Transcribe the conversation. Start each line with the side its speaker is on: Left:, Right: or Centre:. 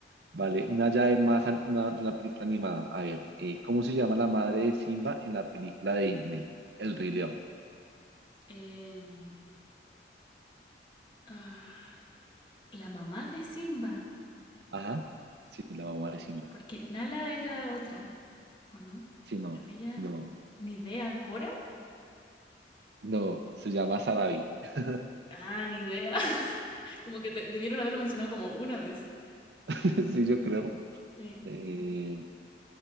Right: Vale, una llave más, an- una, una película animada. A ver, eh, ¿cómo se llama la madre de Simba en la película de Disney? El Rey León.
Left: Em, ah, la mamá de Simba.
Right: Ajá. Sí, la mamá de Simba.
Left: Porque Nala es la otra, ¿o no?
Right: Sí, no,
Left: Pero ella,
Right: no,
Left: ni idea, ¿Cora?
Right: no. Se llama Sarabi. <laughs>
Left: Ah, ni idea. <laughs> Como que te- debieron haberlo mencionado como una vez.
Right: Sí, yo creo.
Left: Sí.
Right: Eh,